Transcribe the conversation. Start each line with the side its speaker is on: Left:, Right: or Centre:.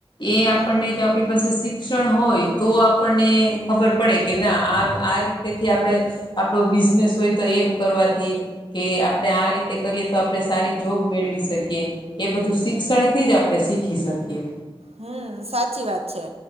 Left: એ
Right: હમ
Left: આપણને જો આપણી પાસે શિક્ષણ હોય તો આપણને ખબર પડે કે ના આ આ રીતેથી આપણે આપણો બિઝનેસ હોય તો એમ કરવાથી કે આપડે આ રીતે કરીએ તો આપણે સારી જોબ મેળવી શકીએ. એ બધું શિક્ષણથી જ આપણે શીખી શકીએ.
Right: હમ્મ, સાચી વાત છે.